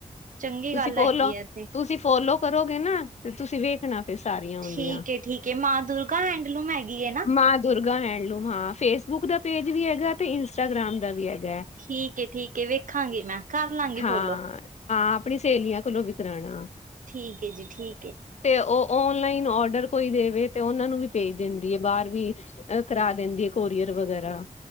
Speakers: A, on the right; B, on the left.
A: ਚੰਗੀ
B: ਤੁਸੀਂ
A: ਗੱਲ
B: ਫੋਲੋ,
A: ਹੈਗੀ ਆ ਤੇ
B: ਤੁਸੀਂ ਫੋਲੋ ਕਰੋਗੇ ਨਾ। ਤੇ ਤੁਸੀਂ ਵੇਖਣਾ, ਫੇਰ ਸਾਰੀਆਂ ਔਂਦੀਆ
A: ਠੀਕ ਏ ਠੀਕ ਏ ਮਾਂ ਦੁਰਗਾ ਹੈਂਡਲੂਮ ਹੈਗੀ ਏ ਨਾ
B: ਮਾਂ ਦੁਰਗਾ ਹੈਂਡਲੂਮ ਹਾਂ। ਫੇਸਬੁੱਕ ਦਾ ਪੇਜ ਵੀ ਹੈਗਾ, ਤੇ ਇੰਸਟਾਗ੍ਰਾਮ ਦਾ ਵੀ ਹੈਗਾ।
A: ਠੀਕ ਏ- ਠੀਕ ਏ, ਵੇਖਾਂਗੀ ਮੈਂ ਕਰ ਲਾਂਗੀ
B: ਹਾਂ
A: ਫੋਲੋ।
B: ਹਾਂ, ਆਪਣੀ ਸੇਲੀਆਂ ਕੋਲੋਂ ਵੀ ਕਰਾਣਾ।
A: ਠੀਕ ਏ ਜੀ, ਠੀਕ ਏ।
B: ਤੇ ਓ ਓਨਲਾਈਨ ਓਡਰ ਕੋਈ ਦੇਵੇ, ਤੇ ਓਨਾਂ ਨੂੰ ਵੀ ਭੇਜ ਦਿੰਦੀ ਏ ਬਾਰ ਵੀ। ਅ ਕਰਾ ਦਿੰਦੀ ਐ। ਕੋਰੀਅਰ ਵਗੈਰਾ।